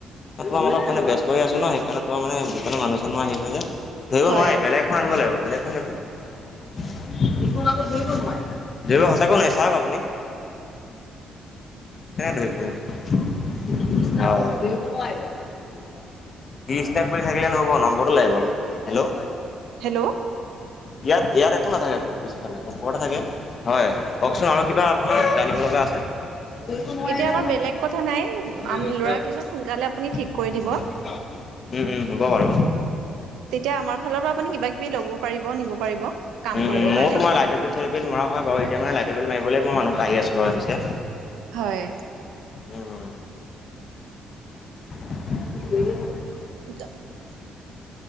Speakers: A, on the left; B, on the right.
A: ৰাতিপুৱা মানত ব্যস্ত হৈ আছোঁ ন হেইকাৰণে তোমাৰ মানে দোকান মানুহ চানুহ আহি আছে যে ধৰিব
B: হয়
A: নোৱাৰি বেলেগখন আনিব লাগিব বেলেগখন আনিব একো নহয়। ধৰিব নোৱাৰি সঁচাকৈ নোৱাৰি চাওঁক আপুনি। কেনেকৈ ধৰিব পাৰিব আহ ইষ্টাট বুলি থাকিলে নহ'ব নম্বৰটো লাগিব। হেল্ল'
B: হেল্ল'
A: ইয়াত ইয়াত একো নাথাকে তো পিছফালে ওপৰতে থাকে। হয়, কওঁকচোন আৰু কিবা আপোনাৰ জানিব লগা আছে? বিলটো মই
B: এতিয়া
A: হে জানোঁ
B: আমাৰ বেলেগ কথা নাই
A: <unintelligible>
B: আম ল'ৰা কেইজন সোনকালে আপুনি ঠিক কৰি দিব।
A: উম, উম, হ'ব বাৰু।
B: তেতিয়া, আমাৰ ফালৰ পৰা আপুনি কিবা কিবি ল'ব পাৰিব নিব পাৰিব কাম
A: উম
B: কৰিবৰ
A: উম ময়ো
B: কাৰণে
A: তোমাৰ লাইটৰ বিল চাইটৰ বিল মৰা হয় বাৰু। এতিয়া মানে লাইট বিল মাৰিবলে মই মানুহ আহি আছোঁ বাৰু পিছে
B: হয়।
A: উম উম <unintelligible>
B: <unintelligible>